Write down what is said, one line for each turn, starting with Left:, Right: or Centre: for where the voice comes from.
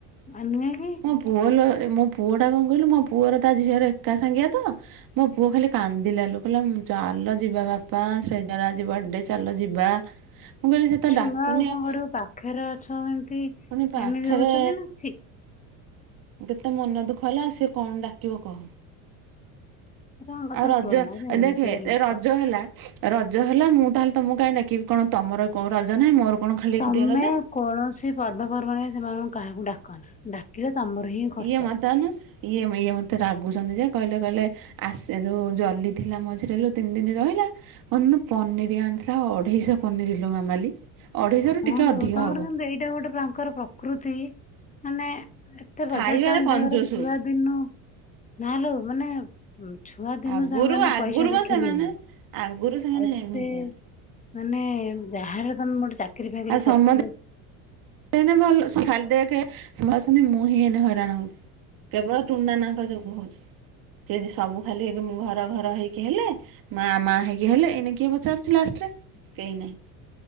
Left: ଆଉ ନୁହେଁ କି?
Right: ମୋଁ ପୁଅ ଲୋ ମୋ ପୁଅ ଟା କଣ କହିଲୁ ମୋ ପୁଅର ତା ଝିଅର ଏକା ସାଙ୍ଗିଆ ତ ମୋ ପୁଅ ଖାଲି କାନ୍ଦିଲା ଲୋ କହିଲା ଚାଲ ଯିବା ବାପା ଶ୍ରେଜା ର ଆଜି ବଡେ ଚାଲ ଯିବା। ହ ମୁଁ କହିଲି ସେ ତ
Left: ଛୁଆ
Right: ଡାକୁନି ଆଉ କଣ
Left: କରିବୁ ପାଖରେ ଅଛ ଏମିତି
Right: ପୁଣି ପାଖେରେ
Left: ଏମିତି ହଉଛନ୍ତି ନା ଛି
Right: ଯେତେ ମନ ଦୁଃଖ ହେଲା ସିଏ କଣ ଡାକିବ କହ?
Left: ତାଙ୍କ କଥା
Right: ଆଉ ରଜ
Left: କୁହନା ଏରା ଏମିତିଆ
Right: ଦେଖେ
Left: ଲୋକ।
Right: ରଜ ହେଲା। ରଜ ହେଲା ମୁଁ ତାହେଲେ ତମକୁ କାଇଁ ଡାକିବି କଣ ତମର କଣ ରଜ ନାହିଁ ମୋର କଣ ଖାଲି
Left: ତମେ
Right: ଏକୁଟିଆ ରଜ।
Left: କୌଣସି ପର୍ବପର୍ବାଣି ସେମାନଙ୍କୁ କାହାକୁ ଡାକନା। ଡାକିଲେ ତମର ହିଁ ଖର୍ଚ୍ଚ।
Right: ଇଏ ମତେ ଅନା ଇଏ ଇଏ ମତେ ରାଗୁଚନ୍ତି ଯେ କହିଲେ କହିଲେ ଆସେ ଯୋଉ ଜଲି ଥିଲା ମଝିରେ ଲୋ ତିନ ଦିନ ରହିଲା। ଅନୁ ପନିରି ଆଣିଥିଲା ଅଢେଇଶହ ପନିର ଲୋ ମାମାଲି। ଅଢେଇଶହ
Left: ହଁ
Right: ରୁ ଟିକେ
Left: ଲୋ
Right: ଅଧିକ
Left: ତମର
Right: ହବ
Left: କିନ୍ତୁ ଏଇଟା ଗୋଟେ ତାଙ୍କର ପ୍ରକୃତି ମାନେ ଏତେ
Right: ଖାଇବାରେ
Left: ବଜାର ଟାଉନ
Right: କଞ୍ଜୁସୁ
Left: ଜାଗାରେ ଛୁଆ ଦିନୁ ନା ଲୋ ମାନେ ଛୁଆ ଦିନୁ
Right: ଆଗରୁ
Left: ସେମାନେ
Right: ଆଗରୁ
Left: ପଇସା ଦେଖିଲେଣି
Right: ବା ସେମାନେ ଆଗରୁ ସେମାନେ
Left: ଆଉ
Right: ଏମିତିଆ
Left: ସେ ମାନେ ଯାହାଲେ ତମ ଗୋଟେ ଚାକିରି ଫାକିରି
Right: ଆଉ ସମସ୍ତେ
Left: କରିଥିଲ।
Right: ଏଇନେ ଭଲ ସେ ଖାଲି ଦେଖେ ସେ ଅଛନ୍ତି ମୁଁ ହିଁ ଏଇନେ ହଇରାଣ ହଉ କେବଳ ଟୁନ୍ ନାନା ଙ୍କ ଯୋଗୁଁ ହଉଚି ସିଏ ଯଦି ସବୁ ଖାଲି ଏବେ ମୁଁ ଘର ଘର ହେଇକି ହେଲେ ମା ମା ହେଇକି ହେଲେ ଏଇନେ କିଏ ପଚାରୁଚି ଲାଷ୍ଟ୍ ରେ କେହି ନାହିଁ।